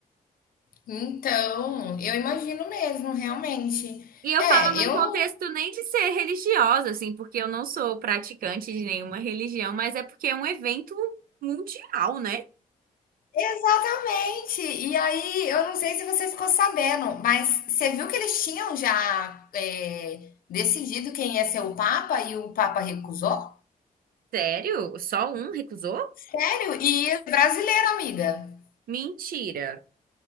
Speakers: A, on the left; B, on the right.
A: Então, eu imagino mesmo, realmente.
B: E eu
A: É,
B: falo num
A: eu.
B: contexto nem de ser religiosa, assim, porque eu não sou praticante de nenhuma religião, mas é porque é um evento mundial, né?
A: Exatamente! E aí, eu não sei se você ficou sabendo, mas você viu que eles tinham já é, decidido quem ia ser o Papa e o Papa recusou?
B: Sério? Só um recusou?
A: Sério? E brasileiro, amiga.
B: Mentira.